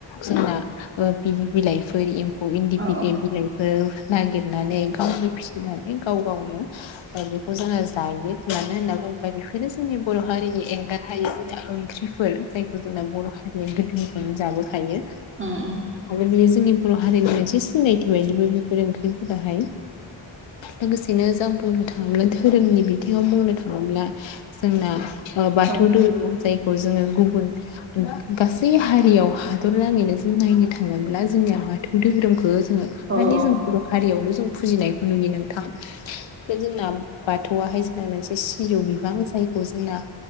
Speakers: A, on the left; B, on the right.
A: जों ना ओ बिनि बिलाइफोर एम म्फौ इन्दि
B: अ
A: बिलाइ बिलाइफोर नागिरनानै गावनो फिसिनानै गाव-गावनो ओ बेखौ जोङो जायो मानो होनना बुङोबा बेफोरनो जोंनि बर' हारिनि एंगार हायो जोंना ओंख्रिफोर जायखौ जोंना बर' हारिया गोदोनिफ्रायनो जाबोखायो।
B: उम-उम।
A: आरो बेयो जोंनि बर' हारिनि मोनसे सिनायथि बायदिबो बेफोर ओंख्रिफोराहाय। लोगोसेनो जों बुंनो थाङोब्ला धोरोमनि बिथिङाव बुंनो थाङोब्ला जोंना ओ बाथौ
B: उम
A: धोरोम। जायखौ जोङो गुबुन गा-गासै हारियाव हादरनाङैनो जों नायनो थाङोब्ला जों निया बाथौ धोरोमखो जोंङो
B: औ अ औ
A: खालि
B: उम औ उम औ
A: जों बर' हारियावल' जों फुजिनायखौ नुयो नोंथां। जोंना बाथौआहाय जोंना मोनसे सिजौ बिफां जायखौ जोंना